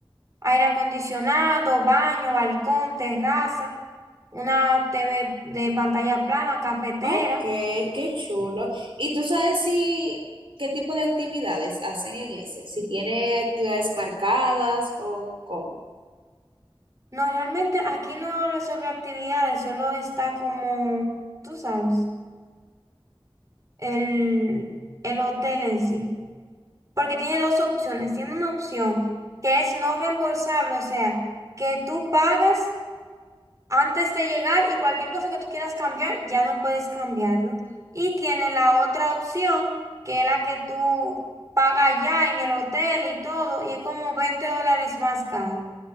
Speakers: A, on the right; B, on the right.
A: aire acondicionado, baño, balcón, terraza, una TV de pantalla plana, cafetera.
B: Ok, qué chulo. ¿Y tú sabes si qué tipo de actividades hacen en ese? Si tiene actividades marcadas o cómo.
A: No, realmente aquí no habla sobre actividades, solo está como, tú sabes, el, el hotel en sí. Porque tiene dos opciones. Tiene una opción que es no reembolsable, o sea, que tú pagas antes de llegar y cualquier cosa que tú quieras cambiar, ya no puedes cambiarlo. Y tiene la otra opción, que es la que tú pagas ya en el hotel y todo, y es como 20 dólares más caro.